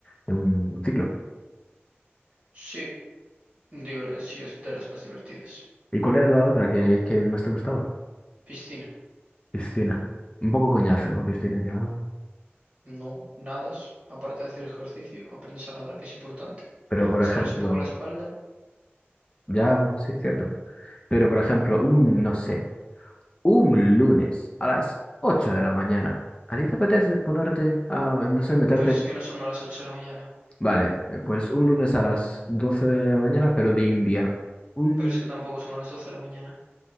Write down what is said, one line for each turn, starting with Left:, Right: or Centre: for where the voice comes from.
Left: de un ciclo.
Right: Sí, diver- sí es de las más divertidas.
Left: ¿Y cuál era la otra que, que más te gustaba?
Right: Piscina.
Left: Piscina. Un poco coñazo, ¿no? Piscina ya.
Right: No, nadas, aparte de hacer ejercicio, aprendes a nadar, que es importante.
Left: Pero por
Right: Desarrollas
Left: ejemplo,
Right: un poco la espalda,
Left: ya, bueno, sí, es cierto. Pero por ejemplo, un, no sé, un lunes a las 8 de la mañana. ¿A ti te apetece ponerte a, no sé, meterte
Right: pero es que no son a las ocho de la mañana,
Left: Vale, eh, pues un lunes a las 12 de la mañana, pero de invierno. Un...
Right: pero es que tampoco son a las 12 de la mañana,